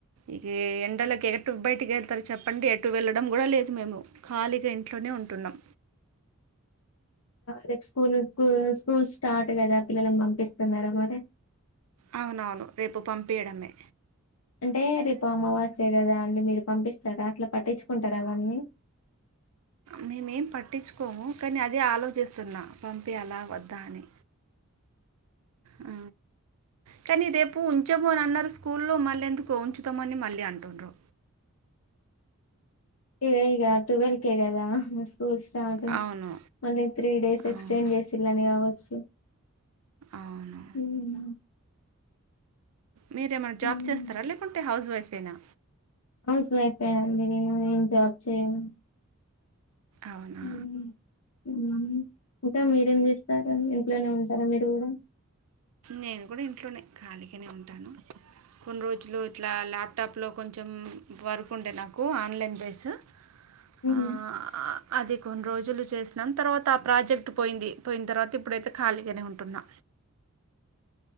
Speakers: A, on the right; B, on the left.
A: ఇగ ఎండల కే బయటికి వెళ్తారు చెప్పండి ఎటు వెళ్ళడం కూడా లేదు మేము ఖాళీగా ఇంట్లోనే ఉంటున్నాం
B: రేపు స్కూల్ స్కూల్ స్టార్ట్ కదా పిల్లల పంపిస్తున్నారా మరి
A: అవునవును రేపు పంపియడమే
B: అంటే రేపు అమావాస్య కదా అండి మీరు పంపిస్త సరే అట్లో పట్టించుకుంటారా అవన్నీ
A: మేమేం పట్టించుకోము కానీ అదే ఆలోచిస్తున్నా పంపియాలా వద్దా అని ఆ. కానీ రేపు ఉంచము అని అన్నారు స్కూల్లో మళ్ళెందుకు ఉంచుతామని మళ్ళీ అంటుండ్రు
B: ఇదే ఇగ ట్వెల్కే గదా స్కూల్ స్టార్ట్
A: అవును
B: మళ్ళీ త్రీ డేస్ ఎక్స్టెండ్
A: అవును
B: చేసిళ్ళని కావచ్చు
A: అవును
B: ఉం
A: మీరేమైనా
B: ఉమ్.
A: జాబ్ చేస్తారా లేకుంటే హౌస్ వైఫ్ యే నా
B: హౌస్ వైఫే అండి నేను ఏం జాబ్ చేయను
A: అవునా
B: హు హమ్ ఇంకా మీరేం చేస్త ఇంట్లోనే ఉంటారా మీరు కూడా
A: నేను కూడా ఇంట్లోనే ఖాళీగానే ఉంటాను కొన్ని రోజులు ఇట్లా ల్యాప్టాప్ లో కొంచెం వర్క్ ఉండే నాకు ఆన్లైన్ బేస్
B: ఉం
A: ఆ, అది కొన్ని రోజులు చేసినాం తర్వాత ఆ ప్రాజెక్ట్ పోయింది పోయిన తర్వాత ఇప్పుడైతే ఖాళీగానే ఉంటున్నా